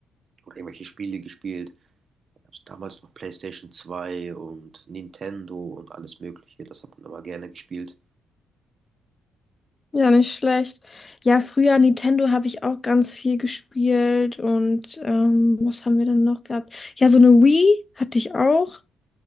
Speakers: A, on the right; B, on the left.
A: oder irgendwelche Spiele gespielt. Gab's Damals noch PlayStation 2 und Nintendo und alles Mögliche. Das hat man immer gerne gespielt.
B: Ja, nicht schlecht. Ja, früher Nintendo habe ich auch ganz viel gespielt und ähm, was haben wir denn noch gehabt? Ja, so eine Wii hatte ich auch.